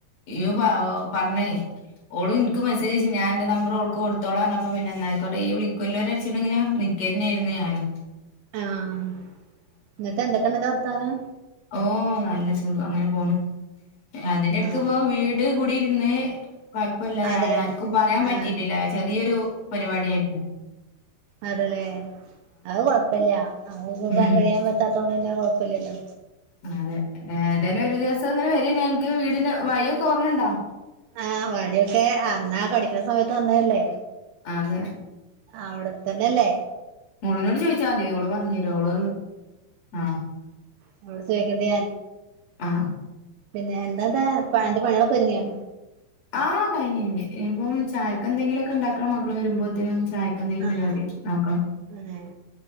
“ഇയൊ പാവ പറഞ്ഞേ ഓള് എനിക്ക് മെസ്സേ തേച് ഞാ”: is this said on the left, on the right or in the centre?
Left